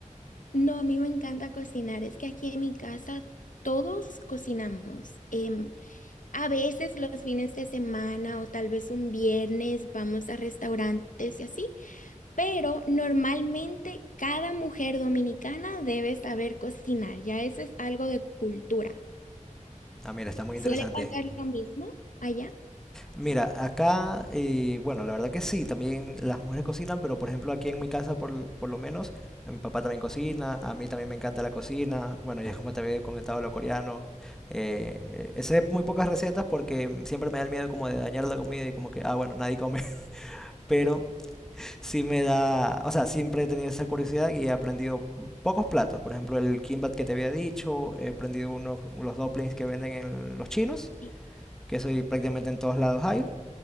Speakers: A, on the left; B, in the centre.
A: No, a mí me encanta cocinar. Es que aquí en mi casa todos cocinamos. Em, a veces los fines de semana o tal vez un viernes vamos a restaurantes y así, pero normalmente cada mujer dominicana debe saber cocinar. Ya eso es algo de cultura.
B: Ah, mira, está muy
A: ¿Suele
B: interesante.
A: pasar lo mismo allá?
B: Mira, acá, eh, bueno, la verdad que sí, también las mujeres cocinan, pero por ejemplo aquí en mi casa por, por lo menos, a mi papá también cocina, a mí también me encanta la cocina, bueno, ya como te había comentado lo coreano, eh, eh, sé muy pocas recetas porque siempre me da el miedo como de dañar la comida y como que, ah, bueno, nadie come, <laughs> pero sí me da, o sea, siempre he tenido esa curiosidad y he aprendido pocos platos, por ejemplo el kimbap que te había dicho, he aprendido unos, los dumplings que venden en los chinos,
A: Sí,
B: que eso y prácticamente en todos lados hay.